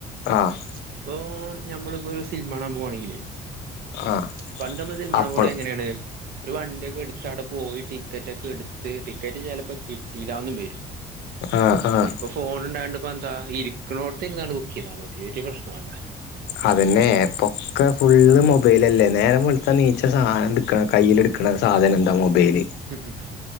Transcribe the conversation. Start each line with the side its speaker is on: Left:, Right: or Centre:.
Left: ആഹ്
Right: ഇപ്പൊ ഞമ്മളിപ്പോ ഒരു സിനിമ കാണാൻ പോകുവാണെങ്കില്
Left: ആഹ്
Right: പണ്ട് നമ്മൾ സിനിമകാണാൻ
Left: അപ്പോൾ
Right: പോണേ എങ്ങനെയാണ് ഒരു വണ്ടിയൊക്കെ എടുത്ത് അവിടെ പോയി ടിക്കറ്റ് ഒക്കെ എടുത്ത് ടിക്കറ്റ് ചിലപ്പോ കിട്ടിയില്ലന്ന് വരും
Left: ആഹ് ആഹ്
Right: ഇപ്പൊ ഫോൺ ഇണ്ടായണ്ട് ഇപ്പോ എന്താ ഇരിക്കുന്നോട്ത്ത് ഇരുന്നാണ്ട് ബുക്ക് ചെയ്താൽ മതി ഒരൂ പ്രശ്നം മല്ല
Left: അതന്നെ ഇപൊക്കെ ഫുള്ള് മൊബൈലല്ലേ നേരെം വെളുത്താ നീച്ച സാന എടുക്കണം കയ്യിൽ എടുക്ക ക്ക്ണ സാധനം എന്താ മൊബൈല്
Right: ഉം ഹ